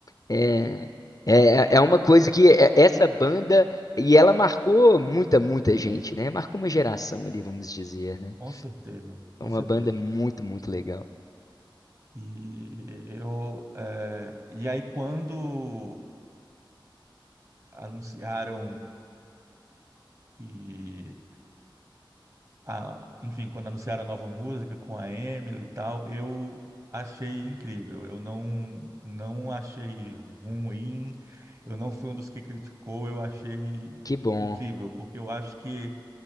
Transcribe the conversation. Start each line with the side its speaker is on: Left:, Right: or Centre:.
Left: É, é, é uma coisa que é- essa banda, e ela marcou muita, muita gente, né? Marcou uma geração ali, vamos dizer, né?
Right: Com certeza, com
Left: É Uma
Right: certeza.
Left: banda muito, muito legal.
Right: E eu, eh, e aí quando anunciaram que a- enfim, quando anunciaram a nova música com a Emily e tal, eu achei incrível. Eu não, não achei ruim, eu não fui um dos que criticou, eu achei
Left: Que bom.
Right: incrível, porque eu acho que,